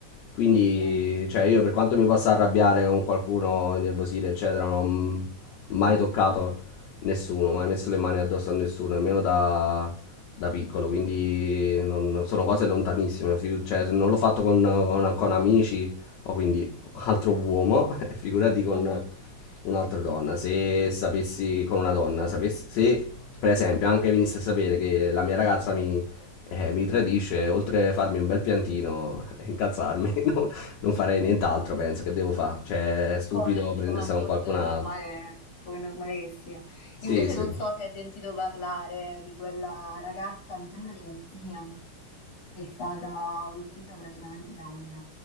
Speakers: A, on the left; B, on the left.
A: Quindi,
B: Sì, sì.
A: cioè io per quanto mi possa arrabbiare con qualcuno, innervosire, eccetera, non ho mai toccato nessuno, mai messo le mani addosso a nessuno, nemmeno da, da piccolo, quindi non- sono cose lontanissime, fi- cioè se non l'ho fatto con, con- con amici o quindi altro uomo, <laughs> figurati con
B: Mhm.
A: un'altra donna. Se sapessi con una donna, sapessi, se per esempio anche venisse a sapere che la mia ragazza mi, eh, mi tradisce, oltre a farmi un bel piantino e incazzarmi, <laughs> non, non farei nient'altro, penso che devo fare. Cioè, è stupido
B: Come,
A: prendersi
B: come appunto
A: con qualcun
B: è
A: altro.
B: normale, come è normale che sia.
A: Sì,
B: Invece
A: sì.
B: non so se hai sentito parlare di quella ragazza, mi sembra di Messina, che è stata uccisa praticamente da un,